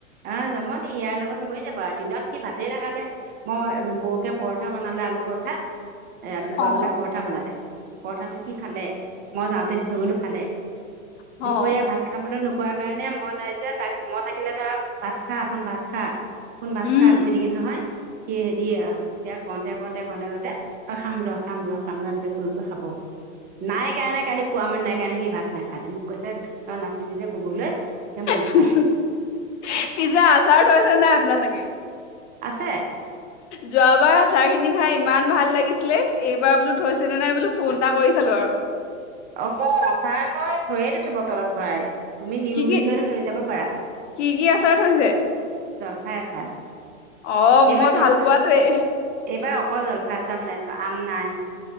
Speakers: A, on the right; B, on the left.
A: আ, জমন ইয়াৰ লগত মৰি যাবা আৰু দিনত সি ভাতেই নাখালে। মই, বৌয়েকে পৰঠা বনালে, আলু পৰঠা ৰাতিপুৱা
B: অ'।
A: বোলে পৰঠা বনালে। পৰঠাটো সি খালে। মই যাওঁতে দি থৈ গ'লো। খালে।
B: অ'
A: দুপৰীয়া ভাত খাবলৈ ন সেইকাৰণে মই নাই যে। তাক মই থাকিলেতো, আৰু ভাত খা, শুন, ভাত খা শুন, ভাত
B: উম,
A: খা কৈ থাকিম নহয় সি হেৰি, আ, তেতিয়া কওঁতে, কওঁতে, কওঁতে, কওঁতে, অ', খাম ৰ', খাম ৰ' খাম ৰ', এনেকে কৈ কৈ খাব। নাই কাৰণে কালি কোৱা মানুহ নাই সেইকাৰণে সি ভাত নাখালে। মোক কৈছে, তই নাছিলি যে ক'বলৈ একে মই নাখালো
B: পিছে আচাৰ থৈছে নাই আপোনালোকে?
A: আছে
B: যোৱাবাৰ আচাৰখিনি খাই ইমান ভাল লাগি গিছিলে। এইবাৰ বোলো, থৈছেনে নাই। বোলো, ফোন এটা কৰি চালোঁ আৰু
A: অ', আচাৰ মই থৈয়েই দিছোঁ বটলত ভৰাই। তুমি নিওঁ
B: কি
A: বুলি
B: কি
A: ক'লে লৈ যাব পাৰা
B: কি কি আচাৰ থৈছে?
A: জলফাই আচাৰ
B: অ',
A: এইবাৰ
B: মই
A: জল
B: ভাল পোৱাটোৱেই।
A: এইবাৰ অকল জলফাইৰ আচাৰ বনাইছোঁ। আম নাই